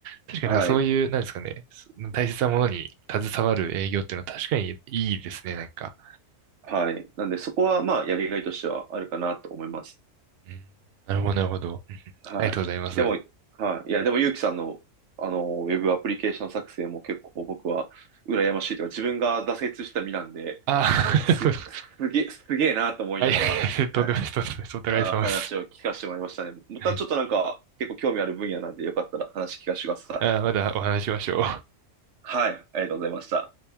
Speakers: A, on the right; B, on the right.
A: 確かになんかそういう、
B: はい。
A: なんですかね、そ大切なものに携わる営業っていうのは確かにいいですね、なんか。
B: はい。なんで、そこは、まあ、やりがいとしてはあるかなと思います。
A: うんなるほど、なるほど。うんありがとうございます。
B: はい。でも、はい。いや、でも、ゆうきさんの、あの、ウェブアプリケーション作成も結構僕は、羨ましいというか、自分が挫折した身なんで、
A: あ
B: なんかす、
A: あ、<laughs>
B: すげえ、すげえなと思いながら、
A: はい、<laughs> とんでもないです、
B: はい。
A: とんでもないです。お互い様です。
B: あ、話を聞かせてもらいましたね。またちょっとなんか、
A: はい
B: 結構興味ある分野なんで、よかったら話聞かせてください。
A: あーまだお話ししましょう。
B: はい。ありがとうございました。